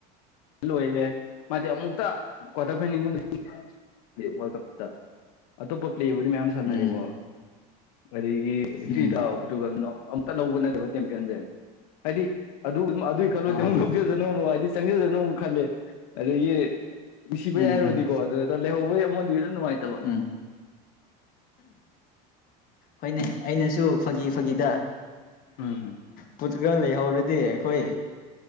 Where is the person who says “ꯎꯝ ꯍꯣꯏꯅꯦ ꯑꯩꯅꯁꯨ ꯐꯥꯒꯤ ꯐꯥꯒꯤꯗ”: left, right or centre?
Left